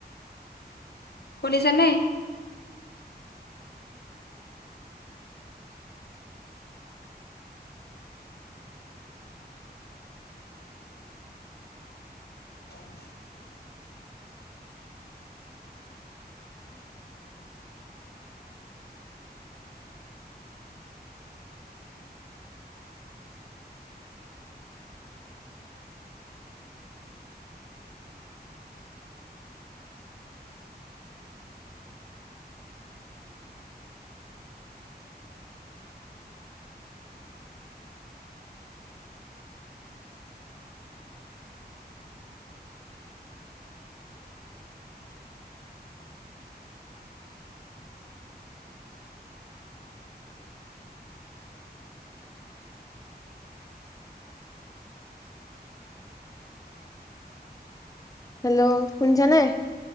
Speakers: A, on the left; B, on the left.
A: শুনিছা নে? <inaudible>
B: হেল্ল' শুনিছা নাই?